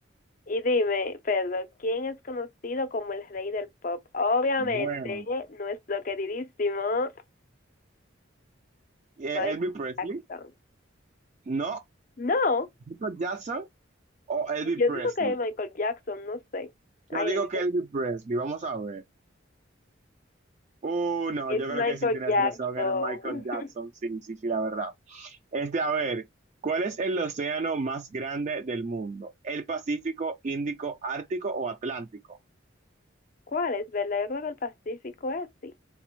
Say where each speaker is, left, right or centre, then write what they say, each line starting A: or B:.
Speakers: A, on the left; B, on the right.
A: Y dime, Pedro, ¿quién es conocido como el rey del pop? Obviamente,
B: bueno.
A: nuestro queridísimo
B: Eh,
A: Michael
B: ¿Elvis Presley?
A: Jackson.
B: No.
A: No,
B: ¿Michael Jackson o Elvis
A: yo
B: Presley?
A: digo que es Michael Jackson, no sé.
B: Yo
A: Ay,
B: digo
A: disculpe.
B: que Elvis Presley. Vamos a ver. Uh, no,
A: Es
B: yo creo
A: Michael
B: que sin tener
A: Jackson.
B: razón era Michael Jackson.
A: <laughs>
B: Sí, sí, sí, la verdad. Este, a ver, ¿cuál es el océano más grande del mundo? ¿El Pacífico, Índico, Ártico o Atlántico?
A: ¿Cuál es? ¿Verdad? Yo creo que el Pacífico es así.